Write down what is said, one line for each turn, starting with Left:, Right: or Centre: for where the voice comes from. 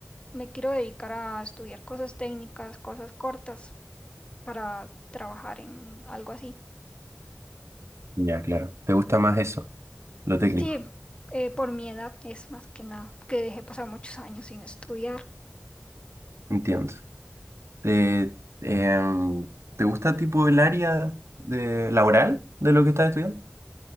Left: me quiero dedicar a estudiar cosas técnicas, cosas cortas para trabajar en algo así.
Right: Ya, claro. ¿Te gusta más eso, lo técnico?
Left: Sí, eh, por mi edad es más que nada, que dejé pasar muchos años sin estudiar.
Right: Entiendo. ¿Te, em, ¿te gusta tipo el área de laboral de lo que estás estudiando?